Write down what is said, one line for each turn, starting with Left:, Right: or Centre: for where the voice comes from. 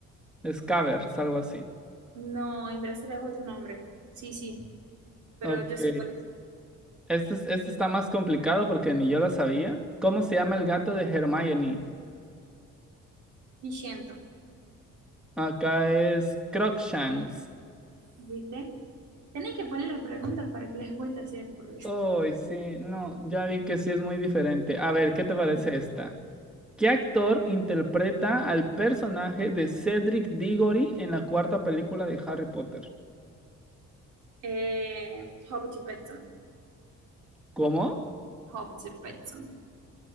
Centre: Scavers, algo así.
Right: no, en Brasil es otro nombre. Sí, sí, pero
Centre: Ok.
Right: yo sé cuál es.
Centre: Este, es- este está más complicado porque ni yo lo sabía. ¿Cómo se llama el gato de Hermione?
Right: Vigento,
Centre: Acá es Crookshanks.
Right: ¿viste? Tenés que poner las preguntas para que las respuestas sean por
Centre: Oh, sí, no, ya vi que sí es muy diferente. A ver, ¿qué te parece
Right: <laughs> Bien.
Centre: esta? ¿Qué actor interpreta al personaje de Cedric Diggory en la cuarta película de Harry Potter?
Right: Eh, Hobbit Petson.
Centre: ¿Cómo?
Right: Hobbit Petson.